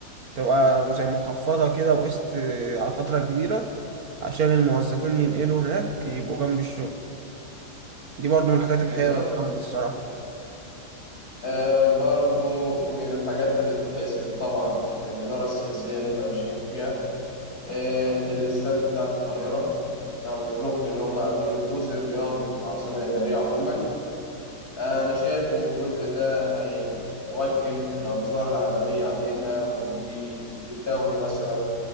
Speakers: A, on the right; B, on the left.
A: تبقى زي مخفضة كده وقسط على فترة كبيرة عشان الموظفين ينقلوا هناك يبقوا جنب الشغل دي برضو من الحاجات
B: بالظبط
A: الحلوة اللي اتعملت الصراحة
B: آه، برضو من الحاجات اللي تتحسب طبعا للإدارة السياسية اللي احنا ماشيين فيها آه، الاستاد بتاع القاهرة أو الركن اللي هم عاملينه الجزء الرياضي في العاصمة الإدارية عموما أنا شايف إن الجزء ده هيوجه الأنظار العالمية علينا وفي الدوري مثلا